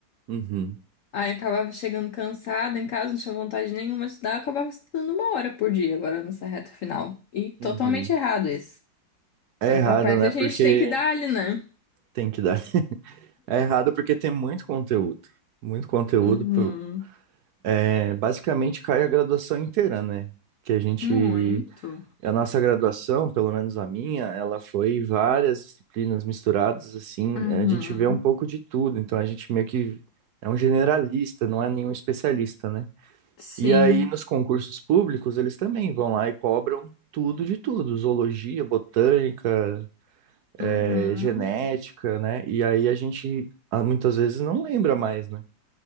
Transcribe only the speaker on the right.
Uhum,
uhum.
É
errado,
né?
Porque
tem que dar. <laughs> É errado porque tem muito conteúdo. Muito conteúdo.
pro- É, basicamente cai a graduação inteira, né? Que a gente.
A nossa graduação, pelo menos a minha, ela foi várias disciplinas misturadas, assim.
A gente vê um pouco de tudo. Então a gente meio que é um generalista, não é nenhum especialista, né?
E aí nos concursos públicos, eles também vão lá e cobram tudo de tudo: zoologia, botânica. é,
genética, né? E aí a gente ah, muitas vezes não lembra mais, né?